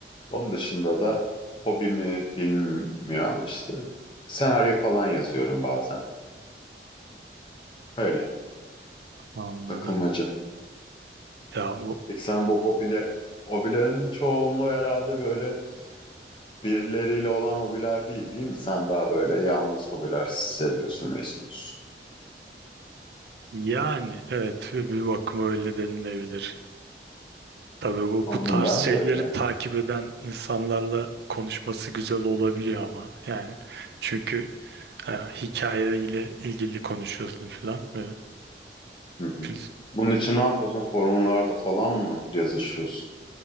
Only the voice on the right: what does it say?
anladım.
Ya bu
Yani evet bir bakıma öyle denilebilir. Tabii bu
bu tarz
şeyleri
takip eden insanlarla konuşması güzel olabiliyor ama yani çünkü e, hikayeyle ilgili konuşuyorsun falan. E,
biz-